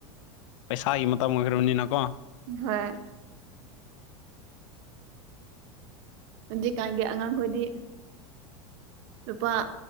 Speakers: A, on the left; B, on the right.
A: ꯄꯩꯁꯥꯒꯤ ꯃꯇꯝ ꯑꯣꯏꯈ꯭ꯔꯕꯅꯤꯅꯀꯣ
B: ꯍꯣꯏ ꯍꯧꯖꯤꯛꯀꯥꯟꯒꯤ ꯑꯉꯥꯡ ꯈꯣꯏꯗꯤ ꯅꯨꯄꯥ